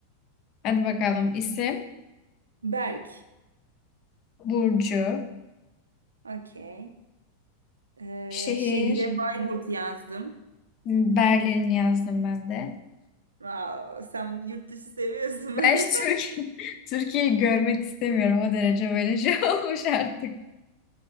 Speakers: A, on the left (about 35°); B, on the right (about 75°).
A: Hadi bakalım. İsim,
B: <laughs> Berk.
A: Burcu,
B: Okey. Ee,
A: şehir,
B: şehre Bayburt yazdım.
A: Berlin yazdım ben de.
B: Wow, sen yurt dışı seviyorsun bayağı.
A: Ben hiç Türkiye, <laughs> Türkiye'yi görmek istemiyorum. O derece böyle şey <laughs> olmuş artık.